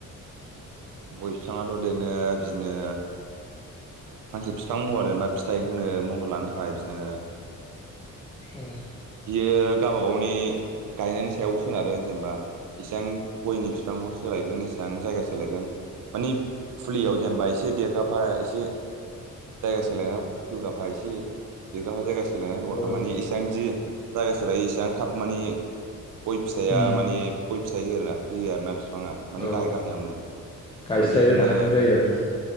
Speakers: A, on the right; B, on the left.
A: गय बिफाङाथ' देरनो बिदिनो फांसे बिफां महर जेनेबा फिथाइ होनो महर लानो थाखाय बिदिनो
B: औ।
A: बियो गावबा गावनि गायनायनि सायाव सोनारो जेनेबा एसेबां गयनि बिफांखौ सोलायगोन एसेबां जायगा सोलायगोन मानि फुलियाव जेनेबा एसे देर गाफा एसे जायगा सोलायना होगाफा एसे <unintelligible> जायगासो सोलायना होबाखै
B: औ
A: मानानि इसेबां बिदि जायगा सोलायो इसेबां थाब माने गय फिथाइया
B: उम
A: माने गय फिथाइ होना होयो आरोना बि बिफाङा मानि
B: औ
A: गाहाय गाहायावनो ओमफ्राय
B: गायस्लायबाय
A: बिदिनो
B: थानांगौ जायो आरोना